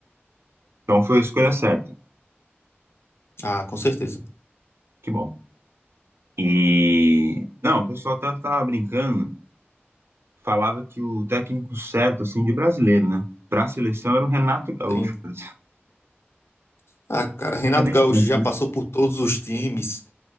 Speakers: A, on the right; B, on the left.
A: Então foi a escolha certa.
B: Ah, com certeza.
A: Que bom. E. Não, o pessoal até tava brincando. Falava que o técnico certo, assim, de brasileiro, né? Pra seleção era o Renato Gaúcho.
B: Sim.
A: cara. Não
B: Ah, cara, Renato
A: tinha <laughs> nem
B: Gaúcho
A: chance,
B: já
A: né?
B: passou por todos os times